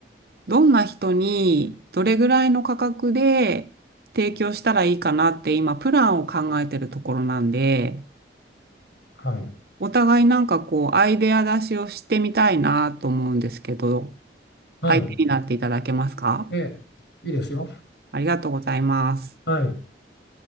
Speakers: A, on the right; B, on the left.
A: どんな人にどれぐらいの価格で提供したらいいかなって今プランを考えてるところなんで、
B: はい、
A: お互いなんかこうアイデア出しをしてみたいなと思うんですけど、
B: はい、
A: 相手になっていただけますか
B: ええ、いいですよ。
A: ありがとうございます。
B: はい、